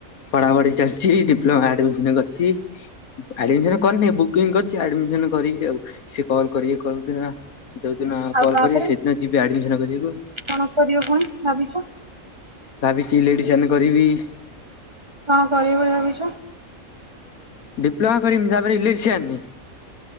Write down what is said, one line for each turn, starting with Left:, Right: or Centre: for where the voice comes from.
Left: ପଢା ପଢି ଚାଲିଛି। ଡିପ୍ଲୋମା ଆଡମି ମିସନ୍ କରିଛି। ଆଡମିସନ୍ କରିନି ବୁକିଂ କରିଚି ଆଡମିସନ୍ କରିକି ଆଉ, ସେ କଲ୍ କରିଏ, କ ଯୋଉ ଦିନ, ଯୋଉ ଦିନ
Right: ଆଉ
Left: କଲ୍
Right: ତାପରେ
Left: କରିବେ, ସେଇଦିନ ଯିବି ଆଡମିସନ କରିଆକୁ।
Right: କଣ କରିବ ପୁଣି ଭାବିଛ?
Left: ଭାବିଚି ଲେଡିସାନ କରିବି।
Right: କଣ କରିବ ବୋଲି ଭାବିିଛ?
Left: ଡିପ୍ଲୋମା କରିମି। ତାପରେ ଇଲେକ୍ଟ୍ରିସିଆନି